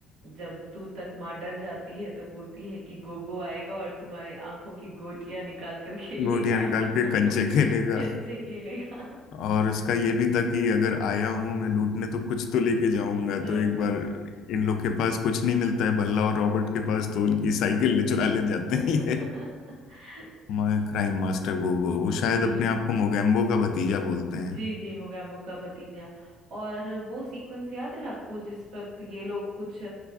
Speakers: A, on the right (about 65°); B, on the left (about 65°).
A: जब तू तक माँ डर जाती है तो बोलती है कि गोगो आएगा और तुम्हारी आंखों की गोटियां निकाल कर खेलेगा
B: गोटियां निकाल
A: <laughs>
B: के कंचे खेलेगा
A: कंचे खेलेगा
B: और उसका ये भी था कि अगर आया हूं मैं लूटने तो कुछ तो लेके जाऊंगा
A: जाऊंगा
B: तो एक बार इन लोग के पास कुछ नहीं मिलता है भल्ला और रॉबर्ट के पास तो उनकी साइकिल ले चुरा ले जाते
A: <laughs>
B: हैं ये मैं क्राइम मास्टर गोगो वो
A: जी
B: शायद अपने आप को मोगैम्बो का भतीजा बोलते
A: जी
B: हैं
A: जी मोगैम्बो का भतीजा और वो सीक्वेंस याद है आपको जिस वक्त ये लोग कुछ